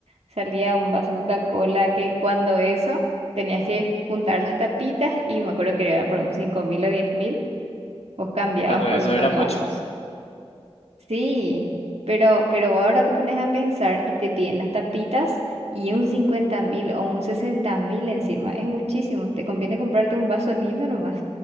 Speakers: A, on the right; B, on the left.
A: Salía un vaso Coca-Cola que cuando eso tenías que juntar las tapitas y me acuerdo que era por un cinco mil o diez mil, vos cambiabas
B: Y cuando
A: por
B: eso
A: unos
B: era
A: vasos.
B: mucho.
A: Sí, pero, pero ahora te pones a pensar y te piden las tapitas y un cincuenta mil o un sesenta mil encima. Es muchísimo. Te conviene comprarte un vaso lindo nomás.